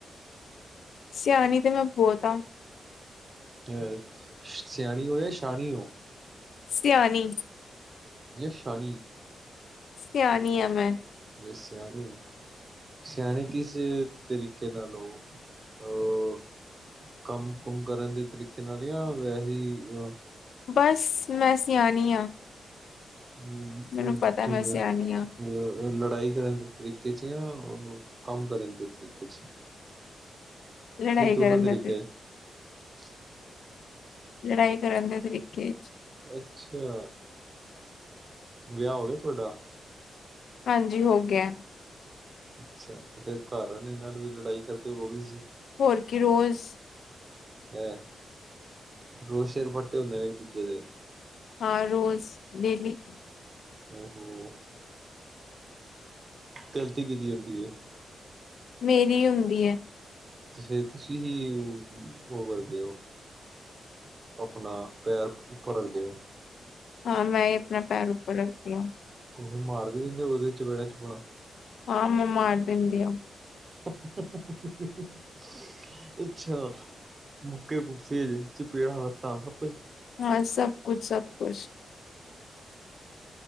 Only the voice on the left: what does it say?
ਸਿਆਣੀ ਤੇ ਮੈਂ ਬਹੁਤ ਆ।
ਸਿਆਣੀ।
ਸਿਆਣੀ ਆ ਮੈਂ।
ਬਸ ਮੈਂ ਸਿਆਣੀ ਆ।
ਮੈਨੂੰ ਪਤਾ ਮੈਂ ਸਿਆਣੀ ਆ
ਲੜਾਈ
ਕਰਨ ਦਾ
ਲੜਾਈ ਕਰਨ ਦੇ ਤਰੀਕੇ 'ਚ।
ਹਾਂਜੀ ਹੋ ਗਿਆ।
ਹੋਰ ਕੀ ਰੋਜ਼
ਹਾਂ, ਰੋਜ਼ ਡੇਲੀ
ਮੇਰੀ ਹੁੰਦੀ ਏ।
ਹਾਂ ਮੈਂ ਮੈਂ ਪੈਰ ਉੱਪਰ ਰੱਖਦੀ ਆਂ।
ਹਾਂ, ਮੈ, ਮਾਰ ਦਿੰਦੀ ਆ।
ਹਾਂ, ਸਭ ਕੁਛ -ਸਭ ਕੁਛ।